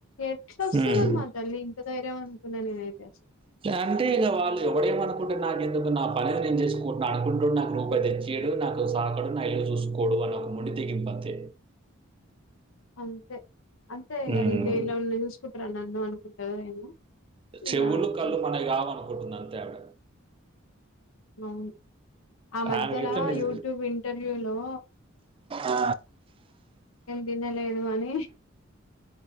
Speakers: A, on the left; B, on the right.
A: ఎట్ల వస్తదమ్మ
B: ఉమ్
A: తల్లి ఇంత ధైర్యం అనుకున్న నైనైతే
B: అంటే ఇంక వాళ్ళు ఎవడేమ అనుకుంటే నాకు ఎందుకు నా పని నేను చేసుకుంటున్నా అనుకుంటాడు నాకు రూపాయ్ వీడు నాకు సాకడు నా ఇల్లు చూసుకోడు అని ఒక మొండి తెగింపు అంతే.
A: అంతే అంతే ఇగ
B: ఉమ్
A: వీళ్లు ఎవల్నో చూసుకుంటారో ఏమో నన్ను అనుకుంటారు ఏమో
B: చెవులు,
A: ఇగ
B: కళ్ళు
A: చేస్తా.
B: మనవి కావు అనుకుంటుంది. అంతే ఆవిడ
A: అవును ఆ మధ్యలో
B: ఆమెకి ఎట్లా నిజ
A: యూట్యూబ్ ఇంటర్వ్యూ లో
B: ఆ
A: తినలేదు అని